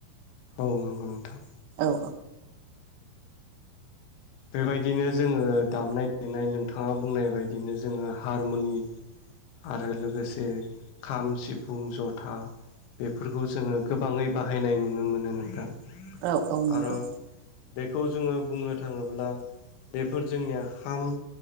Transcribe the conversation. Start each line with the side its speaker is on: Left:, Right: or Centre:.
Left: औ नंगौ नोंथां।
Right: औ‌
Left: बेबायदिनो जोङो दामनाय देनाय नोंथाङा बुंनाय बदिनो जोङो हारमुनि आरो लोगोसे खाम सिफुं जथा बेफोरखौ जोङो गोबाङै बाहायनाय नुनो मोनो नोंथां।
Right: औ औ नंगौ
Left: आरो बेखौ जोङो बुंनो था थाङोब्ला बेफोर जोंनि खाम,